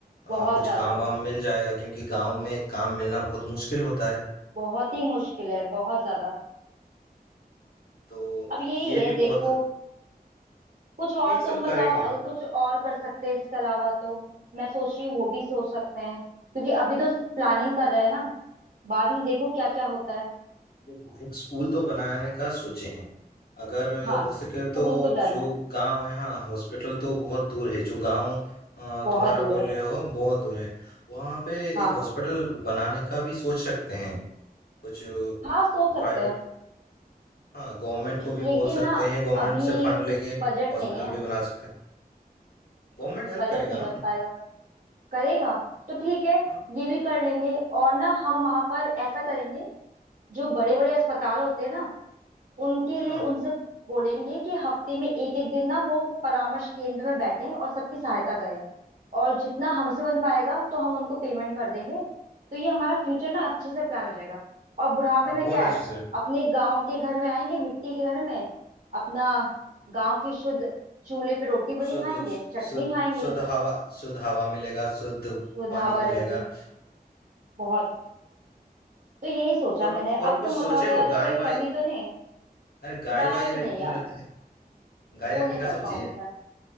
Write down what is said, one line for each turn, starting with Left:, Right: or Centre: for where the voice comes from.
Left: हाँ
Right: बहुत
Left: कुछ
Right: ज्यादा
Left: काम वाम मिल जाएगा क्योंकि गांव में काम मिलना बहुत मुश्किल होता है
Right: बहुत ही मुश्किल है बहुत ज्यादा
Left: तो
Right: अब यही
Left: ये
Right: है
Left: भी
Right: देखो
Left: बहुत
Right: कुछ और
Left: यही सब
Right: तुम बताओ
Left: करेंगे
Right: अगर कुछ और कर सकते हैं इसके अलावा तो मैं सोच रही हूँ वो भी सोच सकते हैं क्योंकि अभी तो प्लानिंग कर रहे हैं ना बाद में देखो क्या क्या होता है
Left: देखो एक स्कूल तो बनाने का सोचे हैं अगर
Right: हाँ
Left: हो
Right: स्कूल
Left: सके तो
Right: तो डन
Left: जो
Right: है
Left: गांव है हाँ हॉस्पिटल तो बहुत दूर है जो गांव अ,
Right: बहुत
Left: तुम्हारा
Right: दूर
Left: बोल
Right: है
Left: रहे हो बहुत दूर है वहां पे
Right: हाँ
Left: एक हॉस्पिटल बनाने का भी सोच सकते हैं कुछ
Right: हाँ सोच सकते
Left: प्राइवेट
Right: हैं
Left: हाँ गवर्नमेंट को भी
Right: लेकिन
Left: बोल सकते
Right: ना
Left: हैं गवर्नमेंट
Right: अभी
Left: से फंड लेके
Right: बजट
Left: हॉस्पिटल
Right: नहीं है
Left: भी बना सकते हैं गवर्नमेंट हेल्प
Right: बजट
Left: करेगा
Right: नहीं बन
Left: ना
Right: पाएगा करेगा तो ठीक है
Left: हाँ
Right: ये भी कर लेंगे और ना हम वहां पर ऐसा करेंगे जो बड़े बड़े अस्पताल होते हैं ना उनके लिए
Left: हाँ
Right: उनसे बोलेंगे कि हफ्ते में एक एक दिन ना वो परामर्श केंद्र में बैठें और सबकी सहायता करें और जितना हमसे बन पाएगा तो हम उनको पेमेंट कर देंगे तो ये हमारा फ्यूचर ना अच्छे से प्लान हो जाएगा और बुढ़ापे
Left: हाँ
Right: में
Left: बहुत
Right: क्या
Left: अच्छे
Right: है
Left: से
Right: अपने गांव के घर में आएंगे मिट्टी के घर में अपना गांव की शुद्ध चूल्हे पे रोटी बनी
Left: शुद्ध
Right: खाएंगे चटनी
Left: शुद्ध
Right: खाएंगे
Left: शुद्ध हवा शुद्ध हवा मिलेगा शुद्ध
Right: शुद्ध हवा
Left: पानी मिलेगा
Right: रहेगी बहुत तो यही सोचा
Left: और
Right: मैंने
Left: और
Right: अब
Left: कुछ
Right: तुम
Left: सोचे
Right: बताओ
Left: हो
Right: यार
Left: गाय
Right: कोई
Left: वाय
Right: कमी तो नहीं
Left: अरे गाय
Right: गाय
Left: वाय
Right: तो
Left: रख-
Right: नहीं यार
Left: गाय
Right: वो
Left: रखने
Right: नहीं
Left: का
Right: कर
Left: सोचिए
Right: पाऊंगी मैं